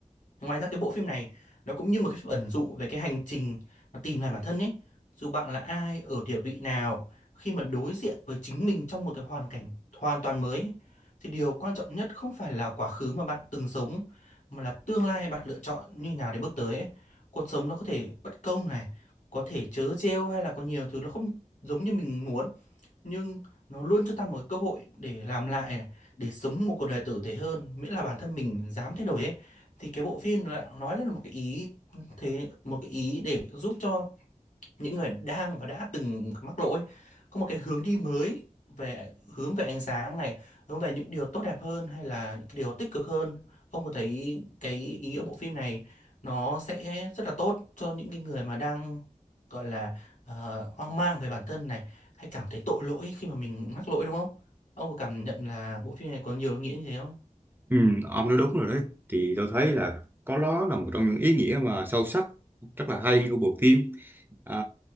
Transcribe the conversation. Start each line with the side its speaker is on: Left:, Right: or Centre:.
Left: Ngoài ra cái bộ phim này nó cũng như một cái phim ẩn dụ về cái hành trình mà tìm lại bản thân ấy. Dù bạn là ai, ở địa vị nào, khi mà đối diện với chính mình trong một cái hoàn cảnh hoàn toàn mới ấy, thì điều quan trọng nhất không phải là quá khứ mà bạn từng sống mà là tương lai bạn lựa chọn như thế nào để bước tới ấy. Cuộc sống nó có thể bất công này, có thể trớ trêu hay là có nhiều thứ nó không giống như mình muốn nhưng nó luôn cho ta một cơ hội để làm lại này, để sống một cuộc đời tử tế hơn miễn là bản thân mình dám thay đổi ấy thì cái bộ phim nó lại nói lên một cái ý thế một cái ý để giúp cho những người đang và đã từng mắc lỗi có một cái hướng đi mới về hướng về ánh sáng này hướng về những điều tốt đẹp hơn hay là những cái điều tích cực hơn ông có thấy cái ý nghĩa bộ phim này nó sẽ rất là tốt cho những cái người mà đang gọi là ờ, hoang mang về bản thân này hay cảm thấy tội lỗi khi mà mình mắc lỗi đúng không ông có cảm nhận là bộ phim này có nhiều ý nghĩa như thế không
Right: Ừ, ông nói đúng rồi đấy thì tôi thấy là có đó là một trong những ý nghĩa mà sâu sắc rất là hay của bộ phim à,